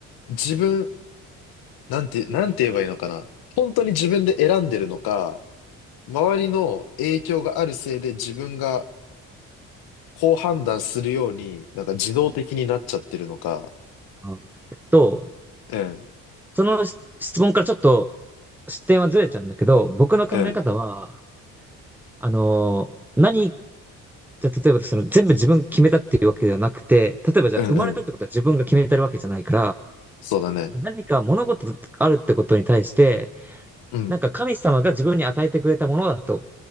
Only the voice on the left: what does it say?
自分、なんて、なんて言えばいいのかな。本当に自分で選んでるのか、周りの影響があるせいで自分がこう判断するように、なんか自動的になっちゃってるのか。
うん、
うん、
うん、うん。そうだね。
うん、